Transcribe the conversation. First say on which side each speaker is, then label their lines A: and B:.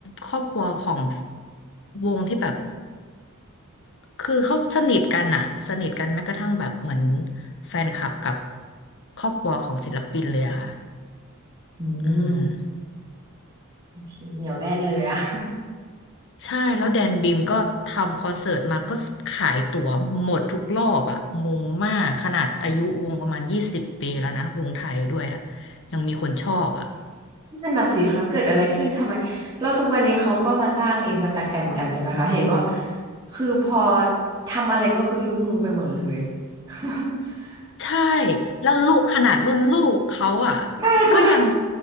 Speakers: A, on the left; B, on the right.
A: ครอบครัวของวงที่แบบ คือเขาสนิทกันอะสนิทกันแม้กระทั่งแบบเหมือนแฟนคลับกับครอบครัวของศิลปินเลยอะค่ะ
B: อืม
A: อืม
B: โอเคเหนียวแน่นเลยอะ
A: ใช่ แล้วแดนบิมก็ทำคอนเสิร์ตมาก็ขายตั๋วหมดทุกรอบอะงงมากขนาดอายุวงประมาณยี่สิบปีแล้วนะวงไทยด้วยอะยังมีคนชอบอะ
B: <laughs> นั่นน่ะสิคะเกิดอะไรขึ้นทำไมแล้วทุกวันนี้เขาก็มาสร้างอินสตาแกรมกันใช่ไหมคะเห็นว่าคือพอทำอะไรก็คือรุ่งไปหมดเลย <laughs>
A: ใช่แล้วลูกขนาดรุ่นลูกเขาอ่ะ
B: ใช่ค่ะ
A: ก็ยัง